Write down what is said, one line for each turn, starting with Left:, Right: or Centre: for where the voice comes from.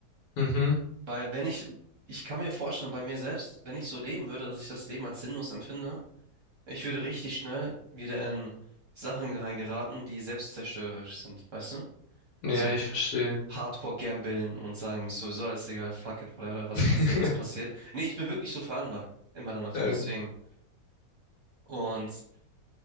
Left: Mhm.
Right: Weil wenn ich, ich kann mir vorstellen, bei mir selbst, wenn ich so leben würde, dass ich das Leben als sinnlos empfinde, ich würde richtig schnell wieder in Sachen reingeraten, die selbstzerstörerisch sind, weißt du?
Left: Ja,
Right: Also
Left: ich verstehe.
Right: Hardcore gambeln und sagen, ist sowieso alles egal, fuck it, whatever, was
Left: <laughs>
Right: passiert, das passiert. Nee, ich bin wirklich so veranlagt in meiner Natur,
Left: Äh,
Right: deswegen. Und